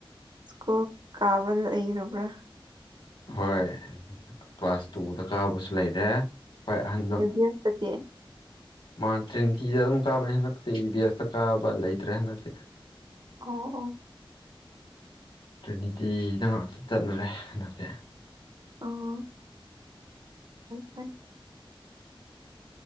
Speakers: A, on the right; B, on the left.
A: ꯁ꯭ꯀꯨꯜ ꯀꯥꯕ ꯂꯩꯔꯕ꯭ꯔꯥ
B: ꯍꯣꯏ ꯀ꯭ꯂꯥꯁ ꯇꯨꯗ ꯀꯥꯕꯁꯨ ꯂꯩꯔꯦ ꯈ꯭ꯋꯥꯢ ꯑꯍꯟꯗꯣ
A: ꯌꯨ ꯕꯤ ꯑꯦꯁꯇꯗꯤ
B: ꯃꯥ ꯇ꯭ꯔꯦꯟꯀꯤꯗ ꯑꯗꯨꯝ ꯀꯥꯕꯅꯤ ꯍꯟꯗꯛꯇꯤ ꯏꯕꯦꯁꯇ ꯀꯥꯕ ꯂꯩꯇ꯭ꯔꯦ ꯍꯟꯗꯛꯇꯤ
A: ꯑꯣ ꯑꯣ
B: ꯇ꯭ꯔꯦꯅꯤꯇꯤꯗ ꯉꯥꯛꯇ ꯆꯠꯅꯔꯦ ꯍꯟꯗꯛꯇꯤ
A: ꯑꯣ <unintelligible>